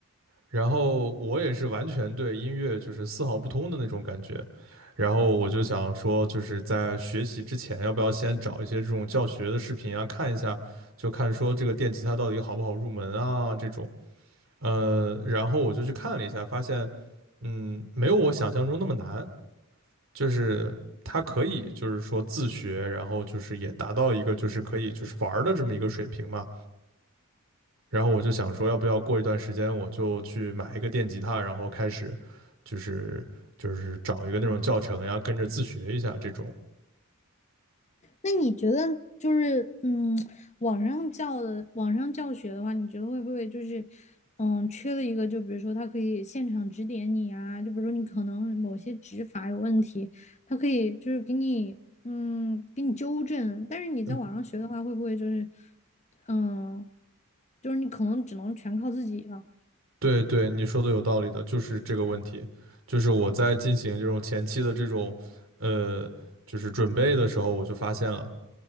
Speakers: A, on the right; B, on the left.
A: 然后我也是完全对音乐就是丝毫不通的那种感觉，然后我就想说，就是在学习之前，要不要先找一些这种教学的视频啊，看一下，就看说这个电吉他到底好不好入门啊这种，呃，然后我就去看了一下，发现，嗯，没有我想象中那么难，就是它可以就是说自学，然后就是也达到一个就是可以就是玩儿的这么一个水平嘛，然后我就想说，要不要过一段时间我就去买一个电吉他，然后开始就是就是找一个那种教程呀，跟着自学一下这种。
B: 那你觉得就是嗯，网上教的网上教学的话，你觉得会不会就是嗯缺了一个？就比如说他可以现场指点你啊，就比如说你可能某些指法有问题，他可以就是给你嗯给你纠正。但是你在网上学的话，
A: 嗯，
B: 会不会就是嗯就是你可能只能全靠自己了？
A: 对对，你说的有道理的，就是这个问题，就是我在进行这种前期的这种呃就是准备的时候，我就发现了，